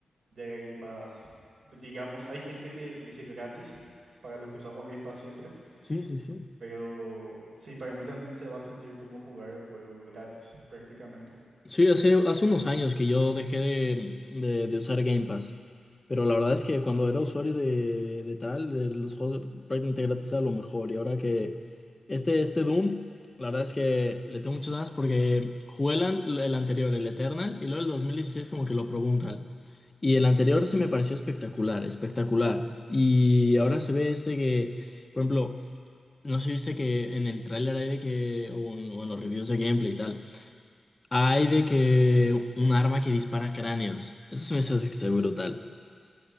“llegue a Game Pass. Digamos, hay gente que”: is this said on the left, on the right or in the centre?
Right